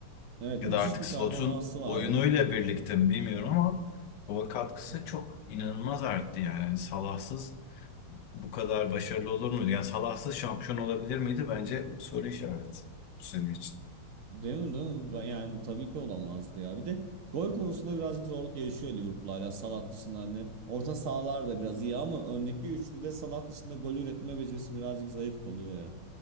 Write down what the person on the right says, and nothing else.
Evet
müthiş
bir
performansı var.
<laughs>
Değil mi, değil mi? Yani tabii ki olamazdı ya. Bir de gol konusunda birazcık zorluk yaşıyor Liverpool hala Salah dışında hani. Orta sahalar da biraz iyi ama öndeki üçlüde Salah dışında gol üretme becerisi birazcık zayıf kalıyor ya.